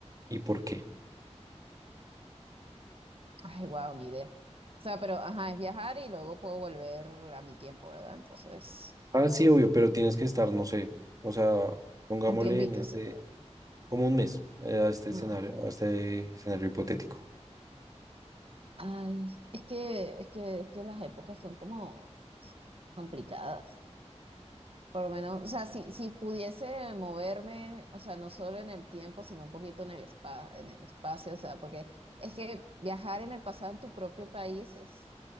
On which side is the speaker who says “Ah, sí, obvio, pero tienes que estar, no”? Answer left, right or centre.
Right